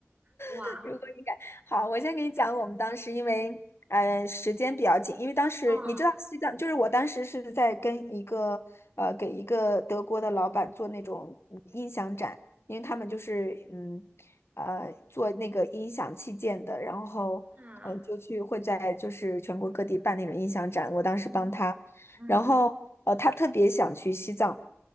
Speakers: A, on the right; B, on the left.
A: 哇，
B: <laughs> 如果你敢，好，我先给你讲我们当时，因为呃时间比较紧，因为当时你知道西藏，
A: 嗯
B: 就是我当时是在跟一个呃给一个德国的老板做那种音响展，因为他们就是嗯呃做那个音响器件的，然后嗯、
A: 啊，
B: 呃就去会在就是全国各地办那种音响展，我当时帮他，
A: 嗯嗯嗯，
B: 然后呃他特别想去西藏，